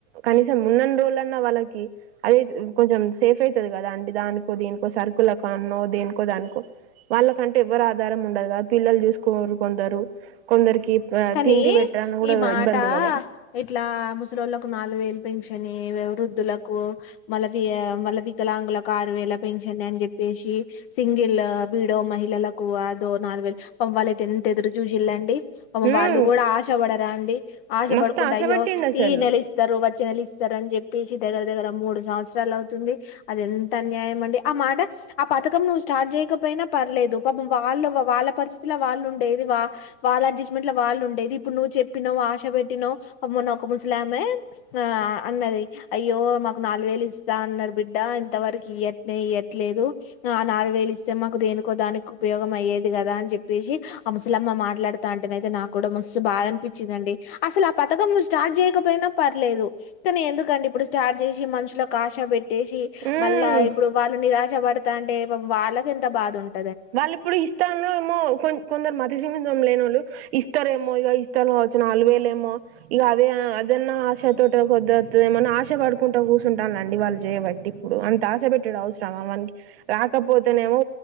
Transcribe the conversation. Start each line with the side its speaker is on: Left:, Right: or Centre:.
Right: కనీసం ఉన్న రోజులున్న వాళ్ళకి అది కొంచెం సేఫ్ అవుతుది కదా అండి దానికో దేనికో సర్కుల్ కాన్నో దేనికో దానికో వాళ్ళకంటే ఎవరు ఆధారం ఉండదు కదా పిల్లలు చూసుకోరు కొందరు కొందరికి
Left: కానీ
Right: తిండి బట్ట అన్న కూడా
Left: ఈ మాట
Right: ఇబందింది కదా
Left: ఇట్లా ముస్లింలకు నాలుగు వేల పెన్షన్ వృద్ధులకు మళ్ళ మళ్ళ వికలాంగులకు ఆరు వేల పెన్షన్ అని చెప్పేసి సింగిల్ బీడో మహిళలకు అదో నాలుగు వేలు పంపాలయితే ఎంత ఎదురు చూసిళ్ళండి
Right: ఉమ్
Left: వాళ్ళు కూడా ఆశపడరా అండి ఆశ
Right: మస్తు
Left: పడకుంటడా
Right: ఆశ
Left: అయ్యో
Right: పెట్టిండు అసలు
Left: ఈ నెల ఇస్తారు వచ్చే నెల ఇస్తారు అని చెప్పేసి దగ్గర దగ్గర మూడు సంవత్సరాలు అవుతుంది అది ఎంత అన్యాయం అండి ఆ మాట ఆ పథకం నువ్వు స్టార్ట్ చేయకపోయినా పర్లేదు పాప వాళ్ళు వాళ్ళ పరిస్థితిలో వాళ్ళు ఉండేది వా వాళ్ళ ట్ల వాళ్ళు ఉండేది ఇప్పుడు నువ్వు చెప్పినవ్ ఆశ పెట్టివు మొన్న ఒక ముసలామే ఆ అన్నది అయ్యో మాకు నాలుగు వేలు ఇస్తా అన్నారు బిడ్డ ఇంత వరకు ఇయనే ఇయట్లేదు ఆ నాలుగు వేలు ఇస్తే మాకు దేనుకో దానికి ఉపయోగం అయ్యేది కదా అని చెప్పేసి ఆ ముసలామ్మ మాట్లాడుతా అంట అనయితే నాకు కూడా మస్తు బాధ అనిపించిందండి అసలు ఆ పథకం నువ్వు స్టార్ట్ చేయకపోయినా పర్లేదు కాను ఎందుకండి ఇప్పుడు స్టార్ట్ చేసి మనుషులో కాషా పెట్టి ట్టేసి
Right: ఉమ్
Left: మళ్ళా ఇప్పుడు వాళ్ళు నిరాశ పడత అంే వాళ్ళకి ఎంత బాధ ఉంటుంది
Right: వాళ్ళు ఇప్పుడు ఇస్తాను ఏమో కొ కొందరు మతి సీమతం లేని వాళ్ళు ఇ ఇస్తరేమో ఇక ఇస్తల వచ్చిన నలువేలు ఏమో ఇక అదే అదన్నా ఆశతోట కొద్దిస్తుేమోని ఆశ పడుకుంటూ కూర్చుంటానుండి వాళ్ళు చేయబట్టి ఇప్పుడు అంత ఆశ పెట్టాడు అవసరమా మనకి రాకపోతేనేమో